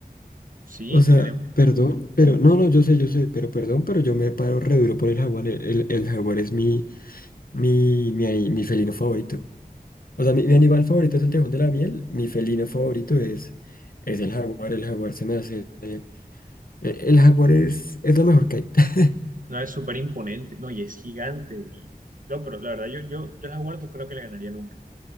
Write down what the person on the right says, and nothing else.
Sí,
tenemos.
No, es súper imponente. No, y es gigante. y- no, pero la verdad, yo, yo, yo al jaguar no creo que le ganaría nunca.